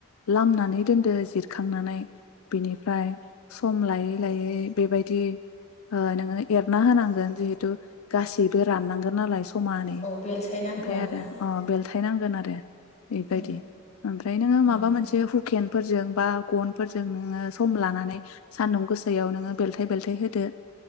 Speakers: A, on the left; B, on the left.
A: लामनानै दोनदो जिरखांनानै <unintelligible> बिनिफ्राय सम लायो लायै बेबायदि ओ नोङो एरना होनांगोन जिहेतु गासैबो राननांगोन नालाय समानै ओमफ्राय
B: बेलथाय नांगौ आरोना
A: आरो अ बेलथायनांगोन आ बेबायदि
B: औ
A: ओमफ्राय नोङो
B: उम
A: माबा मोनसे हुकेनफोरजों बा गनफोर जों नोङो सम लानानै सानदुं गोसायाव नो बेलथाइ बेलथाइ हो दो।